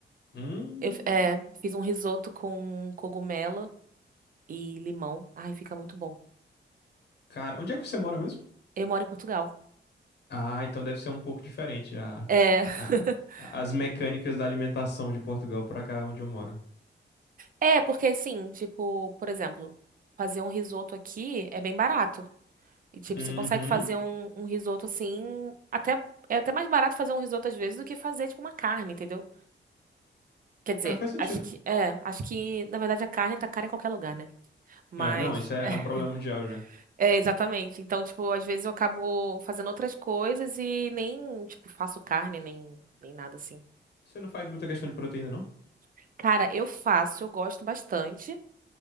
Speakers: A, on the left; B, on the right.
A: Hum,
B: Eu, f- é, fiz um risoto com cogumelo e limão. Ai, fica muito bom.
A: cara, onde é que você mora mesmo?
B: Eu moro em Portugal.
A: Ah, então deve ser um pouco diferente a,
B: É.
A: a-
B: <laughs>
A: as mecânicas da alimentação de Portugal para cá onde eu moro.
B: É, porque assim, tipo, por exemplo, fazer um risoto aqui é bem barato. E, tipo,
A: Uhum.
B: você consegue fazer um, um risoto assim, até, é até mais barato fazer um risoto às vezes do que fazer, tipo, uma carne, entendeu? Quer dizer,
A: É, faz sentido.
B: acho que, é, acho que, na verdade, a carne tá cara em qualquer lugar, né? Mas,
A: É, não, isso é,
B: <laughs>
A: é um problema mundial já.
B: é, exatamente. Então, tipo, às vezes eu acabo fazendo outras coisas e nem, tipo, faço carne, nem, nem nada assim.
A: Você não faz muita questão de proteína, não?
B: Cara, eu faço, eu gosto bastante,